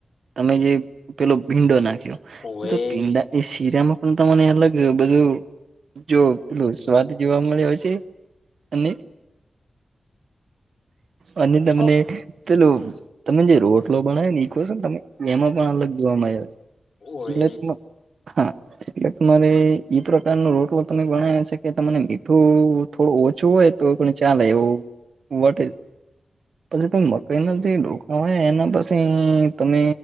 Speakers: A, on the right; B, on the left.
A: તમે જે પેલો ભીંડો નાખ્યો
B: ઓવે
A: તો ભીંડા એ શીરામાં તને અલગ બધું જો પેલું સ્વાદ જોવા મળે હોય છે અને અને તમને
B: હ
A: પેલો તમેને જે રોટલો બના ને કો છે ને તમે એમાં પણ અલગ જોવા મળ્યા
B: ઓવે
A: છે એટલે હા એટલે તમારે ઈ પ્રકાર ન રોટલો તમે ગણાવો છે કે તને મીઠું થોડું ઓછું હોય તો પણ ચાલે એવું વ પછી ત મકઈ ન હવે એના પછી તમે